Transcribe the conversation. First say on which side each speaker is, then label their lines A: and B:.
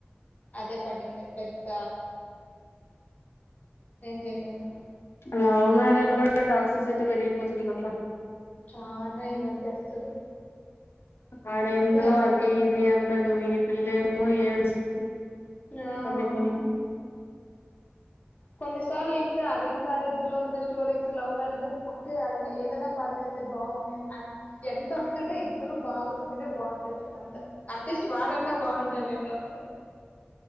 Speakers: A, on the left; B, on the left.
A: అదే పడింది పెద్ద ఏ చేటా నేను
B: లవ్ మ్యారేజ్ లో కూడా టాక్సిసిటీ పెరిగిపోతుంది అబ్బా
A: చానా ఈమధ్య అసలు
B: వాడేందో
A: అనుకుంటా
B: అది ఇది అంటాడు ఈ పిల్ల ఏమో ఏడుస్త
A: ఆ
B: కొన్ని కొన్ని
A: కొన్నిసార్లు ఇంటే అరేంజ్ మ్యారేజ్ లో ఉన్న స్టోరీస్ లవ్ మ్యారేజ్ కే అయినా ఏదైనా పర్లేదులే బాగున్నాయి ఎండ్ ఆఫ్ ద డే ఇద్దరు బాగుంటేనే బాగుంటది చద అంతా అట్లీస్ట్ వాడన్నా బాగుండాలి ఎండ్ ఆఫ్ ద డే